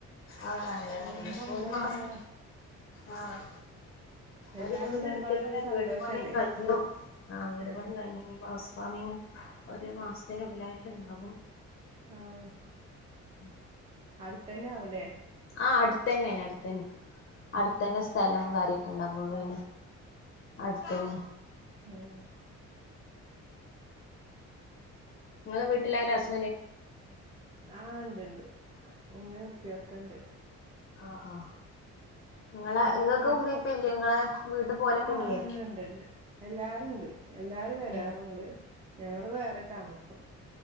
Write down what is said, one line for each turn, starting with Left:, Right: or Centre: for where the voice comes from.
Left: ആഹ് നല്ലതപ്പ
Right: കൂടുമ്പോ ഉമ്മണ്ടാവണം
Left: ഒരു മാസം ആഹ്
Right: എല്ലാരും
Left: ഒരു വീട്
Right: ഉണ്ടാവുമ്പോ
Left: ഇടുത്ത്ക്ക്ണ്
Right: ആ ഒരു സന്തോഷല്ലേ
Left: വീട് പണി കഴിഞ്ഞു ആഹ് വീട്
Right: ഉം
Left: പണി കഴിഞ്ഞു ഹൗസ് ഫാമിംങ്ങ് ഒരു മാസത്തിന ഉള്ളിലായിട്ട്ണ്ടാവും
Right: ആഹ്
Left: ഉം
Right: ത്തന്നെ ആവുലേ
Left: ആ അടുത്തന്നെണ് അടുത്തന്നെണ് അടുത്തന്നെ സ്ഥലോം കാര്യ കണ്ടപ്പ പിന്നെ
Right: ആഹ്
Left: അടുത്തന്യ
Right: ആഹ
Left: നിങ്ങളെ വീട്ടിലാരാ ഹസ്
Right: ആ ണ്ട്ണ്ട് ഉമ്മേം ഉപ്പയൊക്ക്‌ണ്ട്
Left: ആ ആഹ നിങ്ങളെ
Right: പിന്നെന്താ
Left: നിങ്ങക്ക്
Right: കൃ
Left: ഉമ്മേം ഉപ്പേം ഇല്ലേ ഇങ്ങളെ വീട്ട് പോലൊക്കെ
Right: ആഹ്
Left: ഇല്ലേ
Right: ഇണ്ട്ണ്ട് ഇണ്ട് എല്ലാരുണ്ട് എല്ലാരും വരാറുണ്ട്
Left: ഏഹ്
Right: ഞങ്ങള് വേറെ താമസം